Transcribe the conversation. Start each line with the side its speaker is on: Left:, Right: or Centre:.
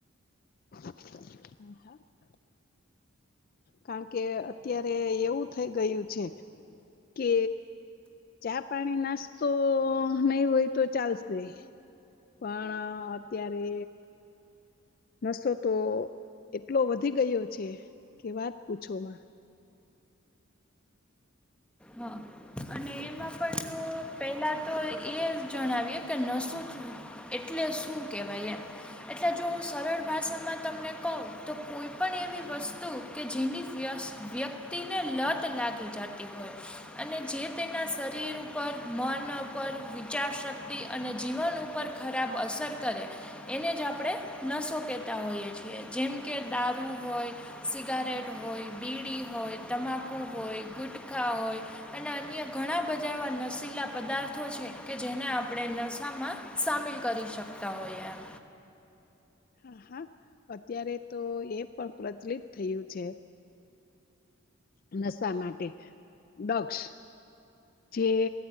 Left: <inaudible> <inaudible> કારણ કે અત્યારે એવું થઇ ગયું છે કે ચા, પાણી, નાસ્તો નહીં હોય તો ચાલશે. પણ અત્યારે નશો તો એટલો વધી ગયો છે કે વાત પૂછો માં.
Centre: હા. અન અને એમાં પણ જો પહેલા તો એ જણાવીએ કે નશો <unintelligible> એટલે શું કહેવાય એમ? એટલે જો હું સરળ ભાષામાં તમને કહું, તો કોઈ પણ એવી વસ્તુ કે જેની વ્યસ વ્યક્તિને લત લાગી જતી હોય. અને જે તેના શરીર ઉપર મન ઉપર વિચારશક્તિ અને જીવન ઉપર. ખરાબ અસર કરે. એને જ આપણે નસો કહેતા હોઈએ છીએ જેમ કે દારૂ હોય. સિગારેટ હોય બીડી હોય તમાકુ હોય ગુટખા હોય. અને અન્ય ઘણા બધા એવા નશીલા પદાર્થો છે કે જેને આપણે નસાામાં. સામેલ કરી શકતા હોઈએ એમ.
Left: હા હા અત્યારે તો એ પણ પ્રચલિત થયું છે. નશા માટે ડગક્ષ. જે